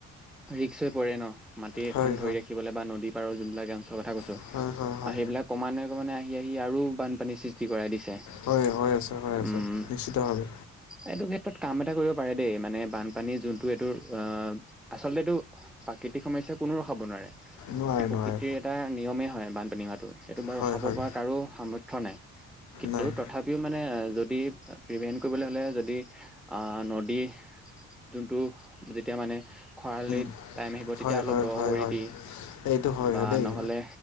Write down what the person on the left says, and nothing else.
হয়
হয় হয় হয়
হয় হৈ আছে হৈ আছে
নিশ্চিতভাৱে
নোৱাৰে
নোৱাৰে
হয়
হয়
নাই
উম
হয়
হয়
হয়
হয়
এইটো হয়
হয় দেই